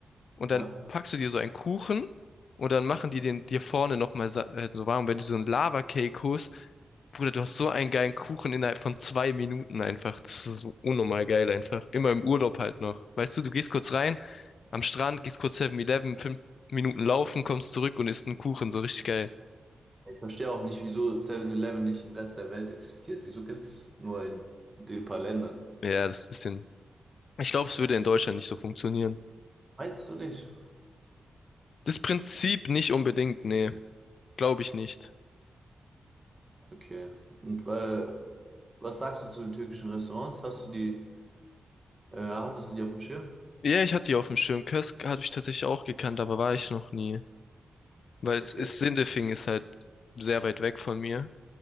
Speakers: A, on the left (about 65°); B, on the right (about 20°).
A: und
B: Ja.
A: dann packst du dir so einen Kuchen und dann machen die den dir vorne nochmal äh, so warm. Wenn du so einen Lava-Cake holst, Bruder, du hast so einen geilen Kuchen innerhalb von zwei Minuten einfach. Das ist so unnormal geil einfach. Immer im Urlaub halt noch. Weißt du, du gehst kurz rein, am Strand, gehst kurz Seven eleven fünf Minuten laufen, kommst zurück und isst einen Kuchen. So richtig geil.
B: Ich verstehe auch nicht, wieso Seven eleven nicht im Rest der Welt existiert. Wieso gibt es nur in den paar Ländern?
A: Ja, das ist ein bisschen Ich glaube, es würde in Deutschland nicht so funktionieren.
B: Meinst du nicht?
A: Das Prinzip nicht unbedingt, nee, glaube ich nicht.
B: Okay. Und weil, was sagst du zu den türkischen Restaurants? Hast du die, äh, hattest du die auf dem Schirm?
A: Ja, ich hatte die auf dem Schirm. Kösk hatte ich tatsächlich auch gekannt, aber war ich noch nie. Weil es
B: Okay.
A: ist, Sindelfingen ist halt sehr weit weg von mir.